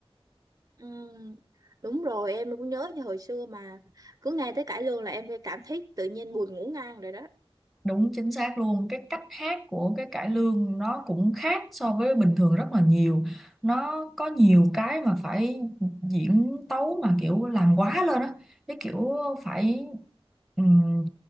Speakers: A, on the right; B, in the centre.
A: Ừm, đúng rồi em cũng nhớ như hồi xưa mà cứ nghe tới cải lương là em phải cảm thấy tự nhiên buồn ngủ ngang rồi đó
B: Đúng chính xác luôn, cái cách hát của cái cải lương nó cũng khác so với bình thường rất là nhiều. Nó có nhiều cái mà phải diễn tấu mà kiểu làm quá lên á, cái kiểu phải ừm,